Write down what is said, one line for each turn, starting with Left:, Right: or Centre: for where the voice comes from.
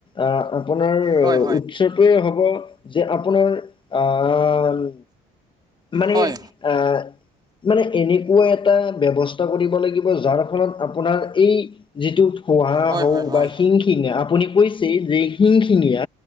Left: আহ আপোনাৰ
Right: হয়
Left: উৎসটোৱে হ'ব যে আপোনাৰ আহ মানে
Right: হয়
Left: আহ মানে এনেকুৱা এটা বৱস্থা কৰিব লাগিব যাৰ ফলত আপোনাৰ এই যিটো খহা
Right: হয়
Left: হওক
Right: হয় হয় হয়
Left: বা শিংশিঙা আপুনি কৈছে যে শিংশিঙীয়া